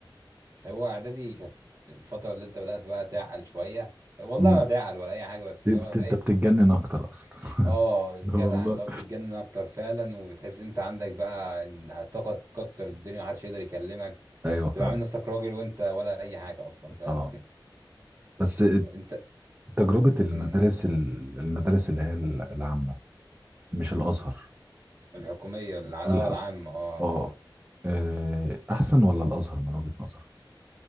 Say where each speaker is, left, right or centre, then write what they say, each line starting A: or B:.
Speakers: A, on the right; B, on the right.
A: هو اعدادي كانت الفتره اللي انت بدات بقى تعقل شويه والله
B: م.
A: ما تعقل ولا اي حاجه بس
B: دي
A: اللي
B: بت-
A: هو
B: انت
A: ايه
B: بتتجنن اكتر اصلا <laughs>
A: اه جدع
B: والله
A: اللي هو بتتجنن اكتر فعلا وبتحس ان انت عندك بقى إن طاقه تكسر الدنيا محدش يقدر يكلمك
B: ايوه فعلا
A: بتبقى عامل نفسك راجل وانت ولا اي حاجه اصلا فاهم
B: اه بس
A: <laughs> انت
B: تجربة المدارس
A: م- م.
B: ال- المدارس اللي هي ال- العامة مش الأزهر
A: الحكوميه الع...
B: الح...
A: اه العامه اه
B: اه
A: اه
B: آه، أحسن ولا الأزهر من وجهة نظرك؟